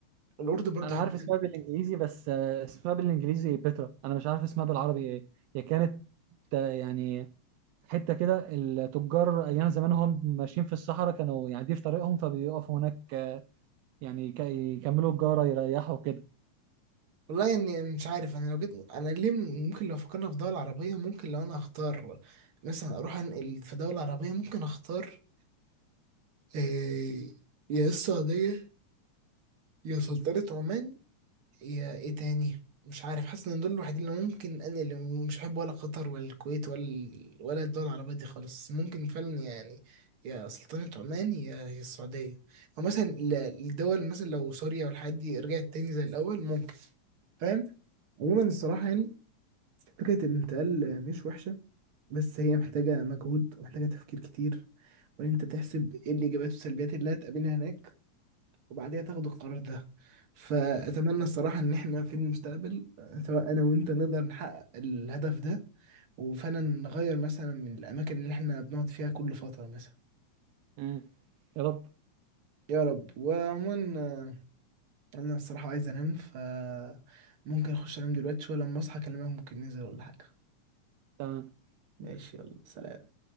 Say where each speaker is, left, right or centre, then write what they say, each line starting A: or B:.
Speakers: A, on the right; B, on the right.
A: الاردن برضو
B: انا
A: حلوه
B: عارف اسمها بالانجليزي بس آه، اسمها بالانجليزي بترا انا مش عارف اسمها بالعربي ايه هي كانت آه، يعني حته كده التجار ايام زمان هم ماشيين في الصحراء كانوا يعني دي في طريقهم فبيقفوا هناك آه، يعني يك- يكملوا الجاره يريحوا كده
A: والله يعني مش عارف انا لو جيت انا ليه م- ممكن لو فكرنا في دوله عربيه ممكن لو انا هختار مثلا اروح انقل في دوله عربيه ممكن اختار آه، يا السعوديه يا سلطنه عمان يا ايه تاني مش عارف حاسس ان دول الوحيدين اللي ممكن انا اللي مش بحب ولا قطر ولا الكويت ولا ولا الدول العربية دي خالص ممكن فعلا يعني يا سلطنة عمان يا يا السعودية او مثلا ال- الدول مثلا لو سوريا والحاجات دي رجعت تاني زي الاول ممكن فاهم عموما الصراحة يعني فكرة الانتقال مش وحشة بس هي محتاجة مجهود ومحتاجة تفكير كتير وإن أنت تحسب إيه الإيجابيات والسلبيات اللي هتقابلها هناك وبعديها تاخدوا القرار ده فأتمنى الصراحة إن إحنا في المستقبل سواء أنا وأنت نقدر نحقق الهدف ده وفعلا نغير مثلا من الأماكن اللي إحنا بنقعد فيها كل فترة مثلا
B: امم يا رب
A: يا رب وعموما آه، أنا الصراحة عايز أنام فممكن أخش أنام دلوقتي شوية لما أصحى أكلمك ممكن ننزل ولا حاجة
B: تمام
A: ماشي يلا سلام